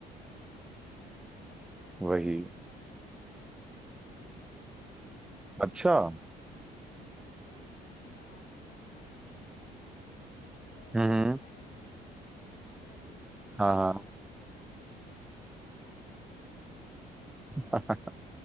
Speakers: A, on the left (about 55°); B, in the centre.
A: हाँ मुझे बाइक राइडिंग
B: वही
A: इतनी ज्यादा पसंद है ना इतनी ज्यादा पसंद है तो मुझे जैसे कभी
B: अच्छा
A: मेरे
B: हम्म
A: हाँ मेरे कोई दो, दोस्त फ्री रहा मेरे पास तो बाइक नहीं है तो मुझे किसी और
B: हम्म,
A: पे ही रिलाय होना पड़ता है तो मेरा दोस्त फ्री
B: हाँ
A: रहा
B: हाँ
A: तो उसको बोलती हूँ, भाई बाइक लेके आ जा बढ़िया चलते हैं राइड
B: <laughs>
A: पे